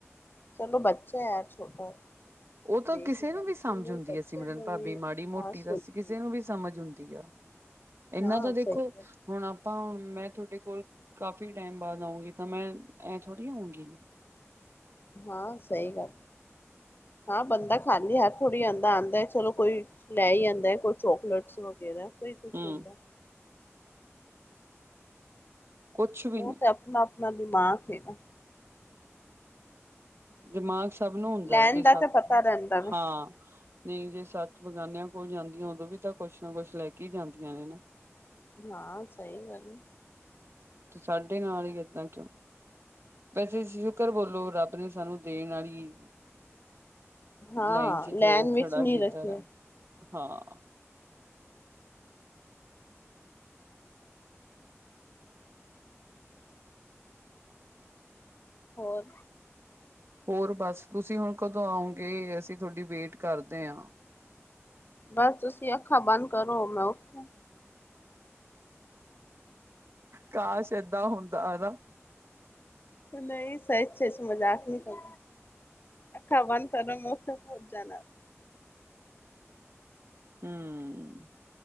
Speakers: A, on the left (about 45°); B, on the right (about 60°).
A: ਚਲੋ ਬੱਚਾ ਯਾਰ ਛੋਟਾ
B: ਉਹ ਤਾਂ
A: ਦੇਖ
B: ਕਿਸੇ
A: ਉਹਨੂੰ
B: ਨੂੰ ਵੀ ਸਮਝ ਆਉੁੰਦੀ
A: ਬੱਚੇ
B: ਆ ਸਿਮਰਨ
A: ਨੂੰ
B: ਭਾਬੀ
A: ਵੀ ਹਾਂ
B: ਮਾੜੀ ਮੋਟੀ
A: ਸੋਚਦੀ
B: ਦਾ ਕਿਸੇ ਨੂੰ ਵੀ ਸਮਝ ਆੁੰਦੀ ਆ ਇਹਨਾਂ
A: ਹਾਂ
B: ਤਾਂ ਦੇਖੋ
A: ਸਹੀ ਗੱਲ
B: ਹੁਣ ਆਪਾਂ ਹੁਣ ਮੈਂ ਤੁਹਾਡੇ ਕੋਲ ਕਾਫੀ ਟਾਈਮ ਬਾਅਦ ਆਊਂਗੀ ਤਾਂ ਮੈਂ ਐ ਥੋੜ੍ਹੀ ਆਊਂਗੀ
A: ਹਾਂ ਸਹੀ ਗੱਲ ਹਾਂ ਬੰਦਾ ਖਾਲੀ ਹੱਥ ਥੋੜ੍ਹੀ ਆਉਂਦਾ-ਆਉਂਦਾ ਹੈ ਚਲੋ ਕੋਈ ਲੈ ਹੀ ਆਉਦਾ ਹੈ ਕੋਈ ਚੋਕਲੇਟਸ ਵਗਰਾ ਕੋਈ ਕੁਛ
B: ਹੂੰ
A: ਹੁੰਦਾ
B: ਕੁਛ ਵੀ
A: ਉਹ
B: ਨੀ
A: ਤੇ ਆਪਣਾ ਨ ਦੀ ਮਾਂ ਸੀ ਨਾ
B: ਦਿਮਾਗ ਸਭ ਨੂੰ ਹੁੰਦਾ
A: ਲੈਣ
B: ਜੇ
A: ਦਾ
B: ਸਤ
A: ਤਾਂ ਪਤਾ ਰਹਿੰਦਾ ਵਾ
B: ਹਾਂ ਨਹੀਂ ਜੇ ਸਤ ਬਗਾਨਿਆਂ ਕੋਲ ਜਾਂਦੀਆਂ ਉਦੋਂ ਵੀ ਤਾਂ ਕੁਛ ਨਾ ਕੁਛ ਲੈ ਕੇ ਹੀ ਜਾਂਦੀਆਂ ਨੇ ਨਾ
A: ਹਾਂ ਸਹੀ ਗੱਲ
B: ਤੇ ਸਾਡੇ ਨਾਲ ਹੀ ਏਦਾਂ ਕਿਉਂ ਵੈਸੇ ਸ਼ੁਕਰ ਬੋਲੋ ਰੱਬ ਨੇ ਸਾਨੂੰ ਦੇਣ ਵਾਲੀ
A: ਹਾਂ
B: ਲਾਈਨ ਚ
A: ਲੈਣ
B: ਜ ਖੜਾ
A: ਵਿੱਚ ਨੀ
B: ਕੀਤਾ
A: ਰੱਖਿਆ
B: ਆ ਹਾਂ
A: ਹੋਰ
B: ਹੋਰ ਬਸ ਤੁਸੀਂ ਹੁਣ ਕਦੋਂ ਆਉਂਗੇ ਅਸੀਂ ਤੁਹਾਡੀ ਵੇਟ ਕਰਦੇ ਹਾਂ
A: ਬਸ ਤੁਸੀਂ ਅੱਖਾਂ ਬੰਦ ਕਰੋ ਮੈਂ ਓਥੇ
B: ਕਾਸ਼ ਏਦਾਂ ਹੁੰਦਾ ਹਨਾ <inaudible>
A: ਨਹੀਂ ਸਹੀ ਚੇ ਮਜ਼ਾਕ ਨਹੀਂ ਅਖਾ ਬਦ ਕਰੋ ਮ ਆ ਜਾਣਾ
B: ਹਮ